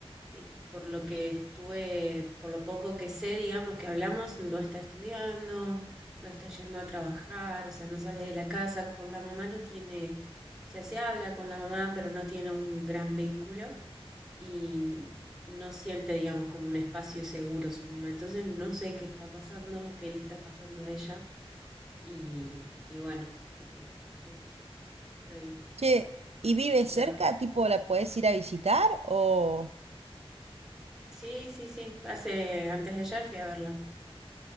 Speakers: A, in the centre; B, on the right.
A: y por lo que estuve, por lo poco que sé, digamos, que hablamos, no está estudiando, no está yendo a trabajar, o sea, no sale de la casa, con la mamá no tiene, o sea, se habla con la mamá, pero no tiene un gran vínculo y no siente, digamos, como un espacio seguro su mamá. Entonces, no sé qué está pasando, qué le está pasando a ella y, y bueno, qué sé yo, estoy...
B: Che, ¿y vive
A: estoy
B: cerca?
A: acá.
B: ¿Tipo la podés ir a visitar o...?
A: Sí, sí, sí, hace, antes de ayer fui a verla.